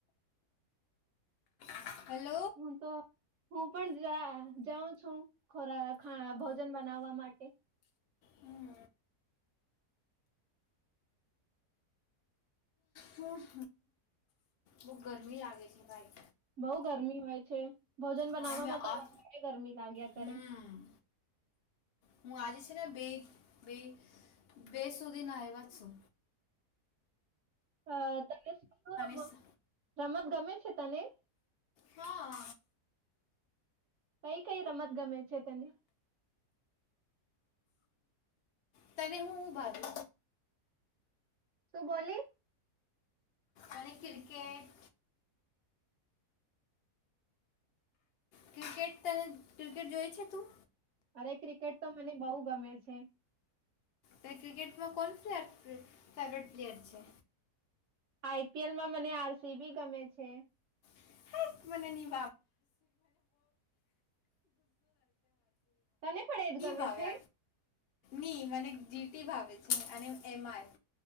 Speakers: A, on the left; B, on the right.
A: <unintelligible>
B: હું તો હું પણ જાઉં છું ખોરા અ ભોજન બનાવવા માટે.
A: હમ્મ હું બઉ ગરમી લાગે છે ભાઈ.
B: બઉ ગરમી હોય છે ભોજન બનાવામાં
A: હા મેં આ
B: તો વધારે ગરમી લાગ્યા કરે.
A: હમ હું આજે બે બે બે સુધી ના આયવા
B: હ તને
A: સ-
B: રમ ગમે છે તને?
A: હા.
B: કઈ કઈ રમત ગમે છે તને?
A: તને હું ભાવે?
B: શું બોલી?
A: અને ક્રિકેટ. ક્રિકેટ તને ક્રિકેટ જોય છે તું?
B: અરે ક્રિકેટ તો મને બહુ ગમે છે.
A: તે ક્રિકેટમાં કોણ પ્લેર ફેવરેટ પ્લેયર છે?
B: આઈપીએલમાં મને આરસી બી ગમે છે.
A: <unintelligible> માટે ની
B: તને પણ એજ ગમે
A: ભાવે.
B: છે
A: ની મને જીટી ભાવે છે અને એમ આઈ.